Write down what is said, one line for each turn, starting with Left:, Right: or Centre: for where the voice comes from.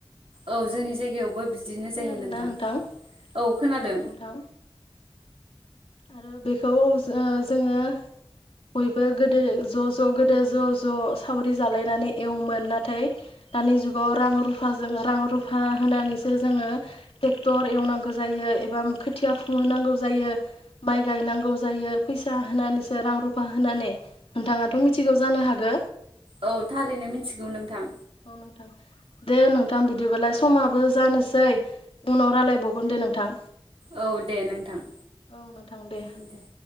Right: औ जोंनि जायगायावबो बिदिनो
Left: खोनादों
Right: जायो
Left: ना
Right: औ
Left: नोंथां औ
Right: खोनादों
Left: नोंथां। आरो बेखौ जो ओ जोङो बयबो गोदो ज' ज' गोदो ज' ज' सावरि जालायनानै एवोमोन नाथाय दानि जुगाव रां रुफाजों रां रुफा होनानैसो जोङो टेक्टर एवनांगौ जायो एबा खोथिया फुहोनांगौ जायो। माइ गायनांगौ जायो फैसा होनानैसो रां रुफा होनानै नोंथाङाथ' मिथिगौ जानो हागो।
Right: औ थारैनो मिथिगौ नोंथां
Left: औ नोंथां दे नोंथां बिद बिदिबोला समाबो जानोसै उनाव रायलायबावगोन दे नोंथां।
Right: औ दे नोंथां।
Left: औ नोंथां दे
Right: <unintelligible>